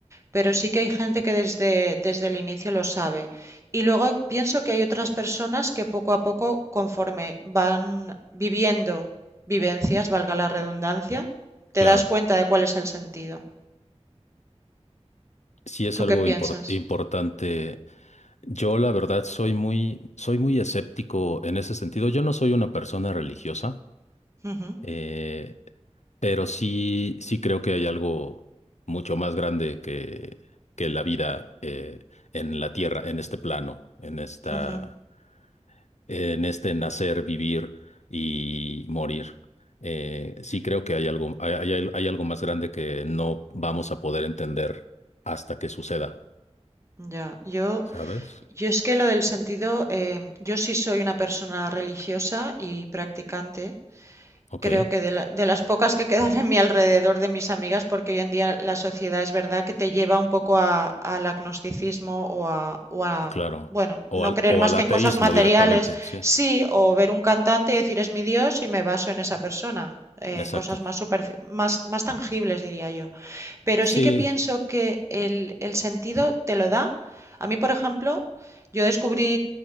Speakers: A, on the right (about 25°); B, on the left (about 75°).
A: pero sí que hay gente que desde, desde el inicio lo sabe. Y luego pienso que hay otras personas que poco a poco, conforme van viviendo vivencias, valga la redundancia, te
B: Claro,
A: das cuenta de cuál es el sentido.
B: sí es
A: ¿Tú
B: algo
A: qué piensas?
B: import- importante. Yo la verdad soy muy, soy muy escéptico en ese sentido. Yo no soy una persona religiosa,
A: Ujú,
B: eh, pero sí, sí creo que hay algo mucho más grande que, que la vida eh, en la tierra, en este plano, en esta,
A: ujú.
B: en este nacer, vivir y morir. Eh, sí creo que hay algo, hay, hay- hay algo más grande que no vamos a poder entender hasta que suceda,
A: Ya, yo,
B: ¿sabes?
A: yo es que lo del sentido, em, yo sí soy una persona religiosa y practicante.
B: Ok.
A: Creo que de, la- de las pocas que quedan en mi alrededor de mis amigas, porque hoy en día la sociedad es verdad que te lleva un poco a- al agnosticismo o a, o a,
B: Claro.
A: bueno,
B: O
A: no
B: al,
A: creer
B: o
A: más
B: al ateísmo
A: que en cosas materiales,
B: directamente, sí.
A: sí, o ver un cantante y decir es mi Dios y me baso en esa persona, eh,
B: Exacto.
A: en cosas más, superfi- más, más tangibles, diría yo. Pero
B: Sí,
A: sí que pienso que el, el sentido te lo da. A mí, por ejemplo, yo descubrí,